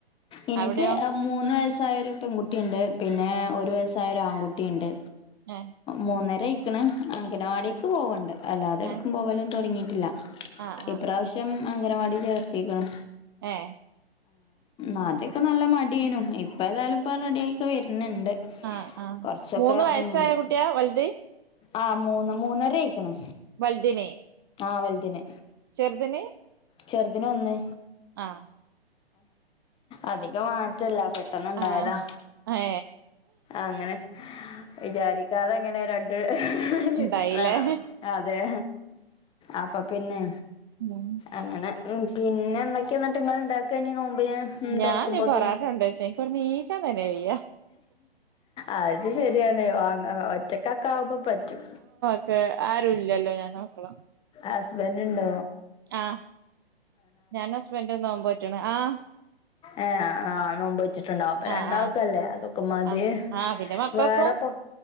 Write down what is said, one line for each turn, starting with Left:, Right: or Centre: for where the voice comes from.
Left: എനിക്ക്
Right: അവിടെയോ
Left: മൂന്ന് വയസ്സായരു പെൺകുട്ടിയുണ്ട് പിന്നെ ഒരു വയസ്സായരു ആൺകുട്ടിയുണ്ട്
Right: ഏ
Left: മൂന്നര ഇയിക്കണ് അങ്കനവാടിക്ക് പോവണ്ട് അല്ലാതെ എടുക്കും
Right: ഏ
Left: പോവലും തുടങ്ങിയിട്ടില്ല
Right: ആ ആ
Left: ഇപ്രാവശ്യം അംഗനവാടി ചേർത്തിക്കണ്
Right: ഏ
Left: ആ അദ്യൊക്കെ നല്ല മടിയനു ഇപ്പ ഏതായാലും ഇപ്പ റെഡിയ ആക്കെ വരുന്നുണ്ട്
Right: ആഹ് ആഹ്
Left: കൊറച്ചൊക്കെ
Right: മൂന്ന് വയസ്സായ
Left: ഉം
Right: കുട്ടിയാ വൽത്
Left: ആഹ് മൂന്ന് മൂന്നരയിക്ക്ണ്
Right: വൽതിന്
Left: ആഹ് വൽതിന്
Right: ചെർതിന്
Left: ചെർതിന് ഒന്ന്
Right: ആഹ്
Left: അധികം മാറ്റല്ല പ പെട്ടെന്ന്ണ്ടായതാ
Right: ആ ഏ
Left: അങ്ങനെ വിചാരിക്കാതെങ്ങനെ ര കിട്ടിയതണാവോ
Right: ഉണ്ടായില്ലേ
Left: അതെ അപ്പൊ പിന്നെ
Right: ഉം
Left: അങ്ങനെ പിന്നെ എന്തൊക്കെ ന്നിട്ട് ങ്ങള് ഇണ്ടാക്ക നി നോമ്പിന് ഉം
Right: ഞാൻ
Left: തുറക്കുമ്പോത്തിന്
Right: ഞ്ഞ് പൊറട്ട ണ്ടെര്ച്ച ഇൻക്കിവട്ന്ന് നീച്ചാൻ തന്നെ വെയ്യ
Left: അത് ശരിയാണ് വ ഒറ്റക്കൊക്കെ ആവുമ്പോ പറ്റും
Right: ക്കെ ആരുല്ലല്ലോ ഞ <unintelligible>
Left: ഹസ്ബൻറ് ഇണ്ടോ?
Right: ആഹ് ഞാനു ഹസ്ബൻഡ നോമ്പ് നോറ്റണ് ആഹ്
Left: ഏ ആഹ് നോമ്പ് റ്റ്ട്ട്ണ്ടോ അപ്പൊ രണ്ടാൾക്കല്ലേ
Right: ആഹ് ആഹ്
Left: അതൊക്കെ മതി
Right: ആഹ് ആഹ് പിന്നെ മക്കക്കും
Left: വേറെ പോ